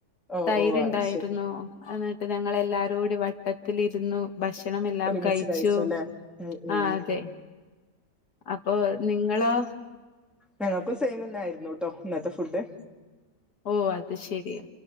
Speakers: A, in the centre; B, on the left.
A: ഓ
B: തൈര്ണ്ടായിരുന്നു
A: ഓ അയ്ശരി
B: അന്നിട്ട് ഞങ്ങളെല്ലാരൂടി വട്ടത്തിലിര്ന്നു ഭക്ഷണം എല്ലാം
A: ഒരുമിച്ച്
B: കഴിച്ചു
A: കഴിച്ചുല്ലേ ഉം ഉം
B: ആ അതെ അപ്പൊ നിങ്ങളോ
A: ഞങ്ങക്കും സെയിമെന്നായ്രുന്നു ട്ടോ ഇന്നത്തെ ഫുഡ്
B: ഓ അത് ശെരി